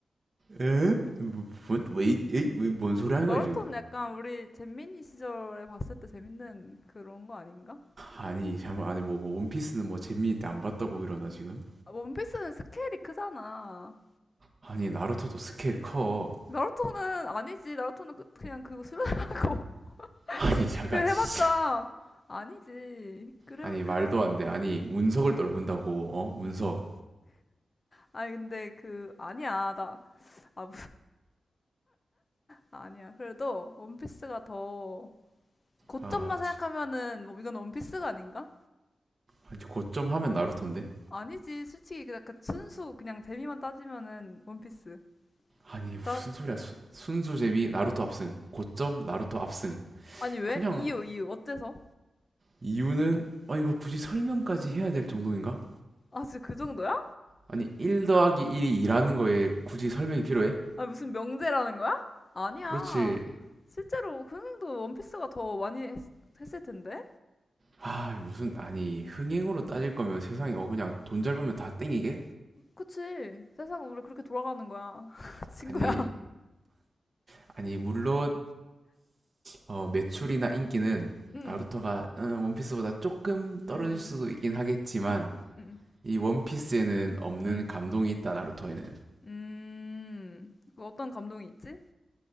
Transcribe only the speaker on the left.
나루토는
약간 우리 잼민이 시절에 봤을 때 재밌는 그런 거 아닌가?
아, 원피스는 스케일이 크잖아.
나루토는 아니지. 나루토는 그- 그냥 그거 수련하고. <laughs>
그 해봤자
아니지. 그래,
그래도.
음, 음. 아니, 근데 그, 아니야. 나, 아, 아니야. 그래도 원피스가 더 고점만
생각하면은 뭐 이건 원피스가 아닌가?
아니지. 솔직히 그냥 그 순수 그냥 재미만 따지면은 원피스.
나
아니 왜?
이유 이유 어때서?
아 진짜 그 정도야?
아 무슨 명제라는 거야? 아니야.
실제로 흥행도 원피스가 더 많이 했, 했을 텐데.
그치. 세상은 원래 그렇게 돌아가는 거야. <laughs> 친구야.
응.
응.
응. 응. 응. 응.
응.
음. 그 어떤 감동이 있지?